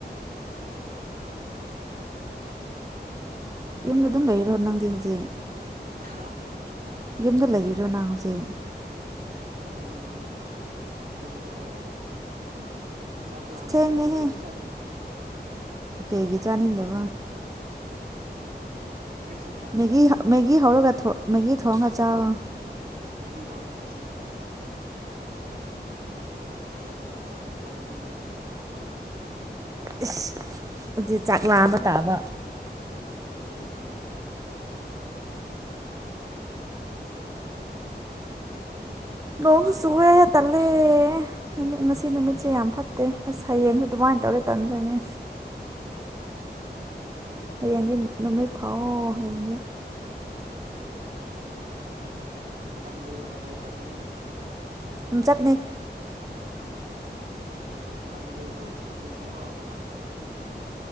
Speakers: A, on the right; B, on the right.
A: ꯌꯨꯝꯗ ꯗꯨꯝ ꯂꯩꯔꯣ ꯅꯪ ꯍꯧꯖꯤꯛ
B: ꯑꯍꯥꯥ
A: ꯌꯨꯝꯗ ꯂꯩꯔꯤꯔꯣ ꯅꯪ ꯍꯧꯖꯤꯛ
B: ꯎꯝ ꯇꯨꯝꯔꯒ ꯂꯩꯌꯦ ꯆꯥꯛ ꯂꯥꯝꯈ꯭ꯔꯦ
A: ꯊꯦꯡꯉꯦꯍꯦ
B: ꯀ꯭ꯔꯤꯁꯨ ꯆꯥꯅꯤꯡꯗꯦ
A: ꯀꯩꯒꯤ ꯆꯥꯅꯤꯡꯗꯕ
B: ꯀꯔꯤꯁꯨ ꯆꯥꯅꯤꯡꯉꯥꯏ
A: ꯃꯦꯒꯤ
B: ꯂꯩꯇꯦ
A: ꯍ ꯃꯦꯒꯤ ꯍꯧꯔꯒ ꯊꯣ ꯃꯦꯒꯤ ꯊꯣꯡꯑ ꯆꯥꯥꯎꯋꯣ
B: ꯃꯦꯒꯤ ꯂꯥꯎꯅꯤꯡꯉꯥꯏꯁꯨ ꯆꯠꯅ ꯆꯠꯅ ꯆꯠꯅꯤꯡꯗꯦ
A: ꯏꯁ ꯑꯗꯨ ꯆꯥꯛꯂꯥꯝꯕ ꯇꯥꯕ
B: ꯎꯝ
A: ꯅꯣꯡꯁꯨ ꯆꯨꯋꯦ ꯇꯜꯂꯦ ꯅꯨꯃꯤꯠ ꯉꯁꯤ ꯅꯨꯃꯤꯠꯁꯦ
B: ꯎꯝ
A: ꯌꯥꯝ ꯐꯠꯇꯦ ꯑꯁ ꯍꯌꯦꯡꯗꯨ ꯗꯨꯃꯥꯏꯅ ꯇꯧꯔꯗꯤ ꯇꯟꯗꯣꯏꯅꯦ ꯍꯌꯦꯡꯗꯤ ꯅꯨꯃꯤꯠ ꯐꯥꯎꯋꯣ ꯍꯌꯦꯡꯗꯤ
B: ꯃꯟꯗꯦ ꯕꯖꯥꯔ ꯆꯠꯀꯅꯤ
A: ꯎꯝ ꯆꯠꯅꯤ
B: ꯃꯟꯗꯦ ꯗ ꯐꯤꯐꯇꯤꯟ ꯅꯤꯀꯣ <inaudible>